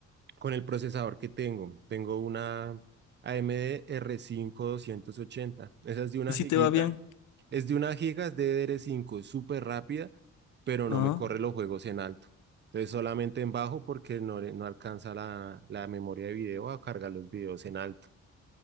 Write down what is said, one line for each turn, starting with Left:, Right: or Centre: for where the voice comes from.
Right: con el procesador que tengo. Tengo una AMD r cinco doscientos ochenta. Esa es de una
Left: ¿y si
Right: giguita.
Left: te va bien?
Right: Es de una giga, es de D D R cinco, es súper rápida, pero
Left: Ah,
Right: no me corre los juegos en alto. Entonces solamente en bajo porque no, le- no alcanza la, la memoria de video a cargar los videos en alto.